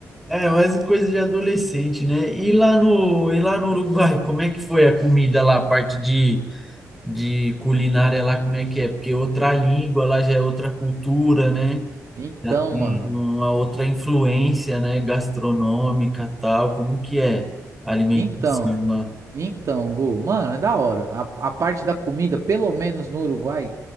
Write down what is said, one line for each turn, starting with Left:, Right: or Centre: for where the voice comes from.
Centre: É, mas é coisa de adolescente, né? E lá no, e lá no Uruguai, como é que foi a comida lá, a parte de de culinária lá, como é que é? Porque outra língua lá já é outra cultura, né?
Right: Então,
Centre: Já tem
Right: mano.
Centre: uma outra influência, né? Gastronômica, tal. Como que é a alimentação
Right: Então,
Centre: lá?
Right: então, Gu, mano, é da hora. A, a parte da comida, pelo menos no Uruguai,